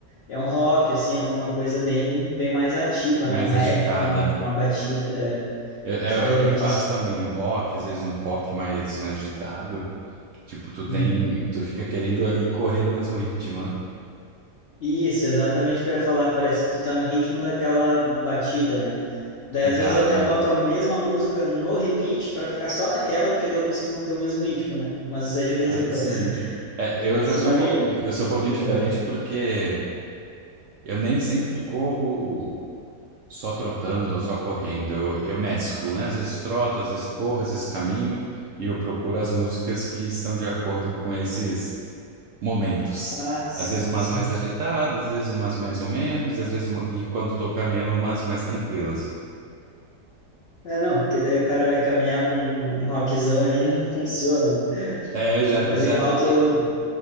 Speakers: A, on the left; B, on the right.
A: É um rock, assim, alguma coisa bem, bem mais ativa,
B: Mais
A: né? Um rap
B: agitada.
A: com uma, uma batida é,
B: É, é,
A: diferente,
B: é o que eu faço
A: assim.
B: também, um rock, às vezes um pop mais, mais agitado. Tipo, tu
A: Uhum.
B: tem, tu fica querendo ali correr no mesmo ritmo, né?
A: Isso, exatamente o que eu ia falar. Parece que tu tá no ritmo daquela batida, né? Daí,
B: Exato.
A: às vezes, até eu boto a mesma música no repeat pra ficar só naquela, porque daí eu consigo manter o mesmo ritmo, né? Mas é de vez
B: Aí
A: em quando.
B: sim.
A: <laughs>
B: É, eu já
A: Senão,
B: sou um pouquinho,
A: en-
B: eu sou
A: enjoa.
B: um pouquinho diferente porque eu nem sempre corro só trotando ou só correndo. Eu, eu mesclo, né? Às vezes troto, às vezes corro, às vezes caminho e eu procuro as músicas que estão de acordo com esses momentos.
A: Ah, sim,
B: Às vezes umas
A: sim.
B: mais agitadas, às vezes umas mais ou menos, às vezes uma- e quando estou caminhando umas mais tranquilas.
A: É, não, porque daí o cara vai caminhar com um rockzão ali, <laughs> não funciona, né?
B: É, já,
A: Mas
B: já,
A: igual tu,